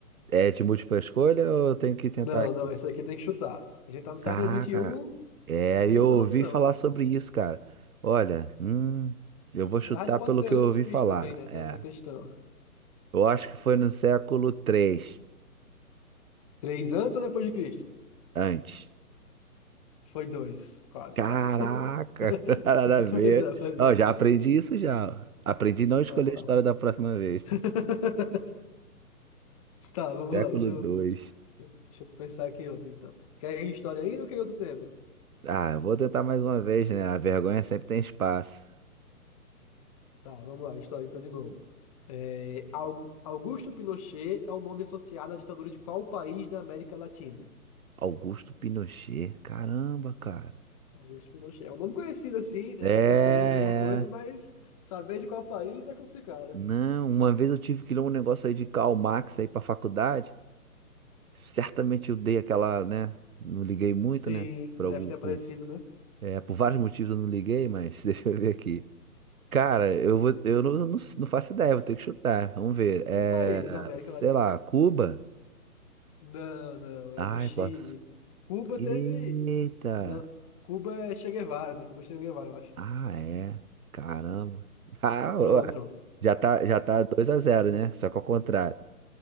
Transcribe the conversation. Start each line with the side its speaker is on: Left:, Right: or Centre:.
Right: É de múltipla escolha ou eu tenho que tentar
Left: Não,
Right: aqui?
Left: não, esse aqui tem que chutar. A gente tá no século
Right: Caraca,
Left: vinte e um.
Right: é,
Left: tem
Right: eu
Left: umas
Right: ouvi
Left: opções.
Right: falar sobre isso, cara. Olha, hum, eu vou chutar
Left: Na verdade, pode
Right: pelo
Left: ser
Right: que
Left: antes
Right: eu ouvi
Left: de Cristo
Right: falar.
Left: também, né?
Right: É,
Left: Tem essa questão.
Right: eu acho que foi no século 3,
Left: Três antes ou depois de Cristo?
Right: antes.
Left: Foi dois. Quase,
Right: Caraca,
Left: quase. <laughs>
Right: <laughs> nada a ver.
Left: Pois é, pois
Right: Ó,
Left: é.
Right: já aprendi isso já. Aprendi a não escolher
Left: Vamos
Right: a história
Left: lá.
Right: da próxima vez.
Left: <laughs> Tá, vamos
Right: Século
Left: lá. Deixa eu,
Right: 2.
Left: deixa eu pensar aqui em outro, então. Quer ir em história ainda ou quer ir em outro tema?
Right: Ah, eu vou tentar mais uma vez, né? A vergonha sempre tem espaço.
Left: Tá, vamos lá. História, então, de novo. É, Au- Augusto Pinochet é o nome associado à ditadura de qual país da América Latina?
Right: Augusto Pinochet, caramba, cara.
Left: Augusto Pinochet. É um nome conhecido assim, né?
Right: É,
Left: A pessoa se lembra
Right: é.
Left: de alguma coisa, mas saber de qual país é complicado.
Right: Não, uma vez eu tive que ler um negócio aí de Karl Marx aí pra faculdade. Certamente eu dei aquela, né? Não liguei muito,
Left: Sim,
Right: né? Por
Left: deve
Right: algum,
Left: ter
Right: por,
Left: aparecido, né?
Right: é, por vários motivos eu não liguei, mas <laughs> deixa eu ver aqui. Cara, eu vou, eu não, não, não faço ideia, vou ter que chutar. Vamos ver. É,
Left: Um país da América
Right: sei
Left: Latina.
Right: lá, Cuba?
Left: Não, não,
Right: Ai,
Left: é do Chile.
Right: posso.
Left: Cuba
Right: Eita!
Left: teve. Não, Cuba é Che Guevara, né? Cuba é Che Guevara, eu acho.
Right: Ah, é. Caramba. <laughs> Ah, ó,
Left: Pronto, pronto.
Right: já tá, já tá 2 a zero, né? Só que ao contrário.